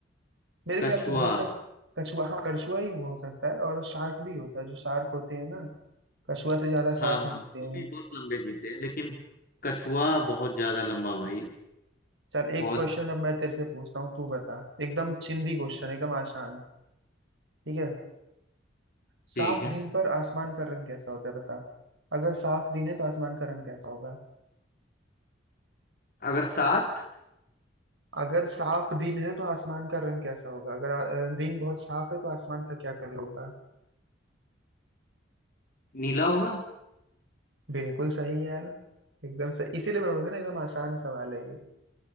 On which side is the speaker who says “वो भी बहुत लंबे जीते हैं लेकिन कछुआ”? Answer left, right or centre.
Left